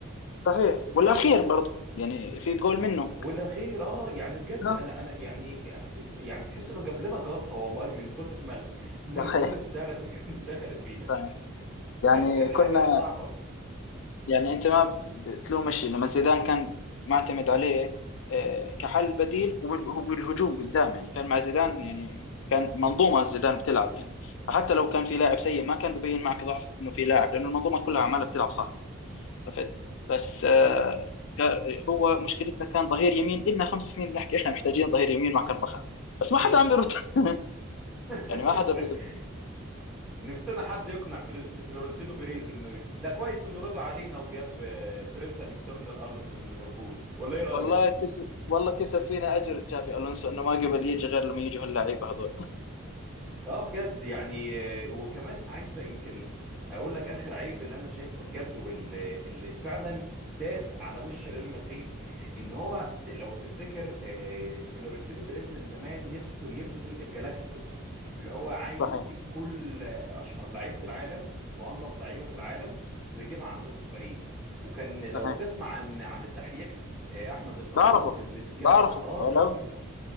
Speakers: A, on the left; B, in the centre.
A: صحيح والأخير برضه يعني في جول منه
B: والاخير اه يعني بجد
A: نعم.
B: انا انا يعني يعني تحس انه جاب لنا جلطه والله من كتر ما ال- ما
A: صحيح
B: الاجوان السهله دي كانت دخلت فينا
A: صحيح يعني
B: كانت كانت
A: كنا
B: حاجه صعبه
A: يعني انت ما بتلومش لما زيدان كان معتمد عليه آه، كحل بديل وبال- وبالهجوم قدام يعني كان مع زيدان يعني كان منظومه زيدان بتلعب يعني فحتى لو كان في لاعب سيء ما كان ببين معك ضعف انه في لاعب لانه المنظومه كلها عماله بتلعب صح عرفت بس آه، كا- هو مشكلتنا كان ظهير يمين إلنا خمس سنين بنحكي احنا محتاجين ظهير يمين مع كربخان بس ما حدا عم بيرد <laughs>
B: <laughs>
A: يعني ما حدا بيرد
B: نفسنا حد يقنع فلنت- فلورنتينو بيريز انه ده كويس انه رضى علينا وجاب آه، ترينت الكسندر ارنولد من ليفربول ولا ايه رايك
A: والله كسب والله كسب فينا اجر تشافي الونسو انه ما قبل يجي غير لما يجوا هاللعيبه هذول
B: اه بجد يعني آه، وكمان عايزه يمكن هقول لك اخر عيب اللي انا شايفه بجد واللي اللي فعلا داس على وش ريال مدريد ان هو ت- لو تفتكر آه، فلورنتينو بيريز من زمان نفسه يبني الجالاكتيكوس اللي هو عايز
A: صحيح
B: يجيب كل آه، اشهر لعيبه العالم وانضف لعيبه في العالم ويجيبها عنده في الفريق وكان لو
A: صحيح
B: تسمع عن عن الدحيح آه، احمد الغندور
A: بعرفه
B: كان بيتكلم
A: بعرفه
B: اه
A: ولا
B: جميل